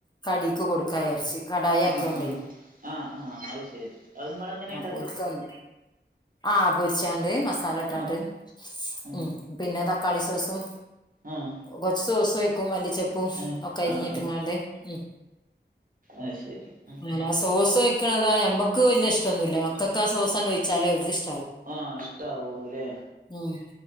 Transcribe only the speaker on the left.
കടിക്ക് കൊടുക്കാ വിചാരിച്ച് കടായി ആക്കിയോണ്ടേ
പൊരിച്ചാണോ? ആഹ് പൊരിച്ചാണ്ട്. മസാല ഇട്ടാട്ട്.
ഉം. പിന്നെ തക്കാളി സോസും
കൊറച്ചു സോസൊയിക്കും മല്ലിച്ചപ്പും
ഒക്കെ അരിഞ്ഞിട്ട്ങ്ങാണ്ട്.
ഉം
അങ്ങനെ
ആ സോസ് ഒയിക്കണതാ ഞമ്മക്ക് വല്യ ഇഷ്ടന്നുല്ല്യാ. മക്കക്ക് ആ സോസണ്ട് ഒയിച്ചാലേ ഓര്ക്ക് ഇഷ്
ഉം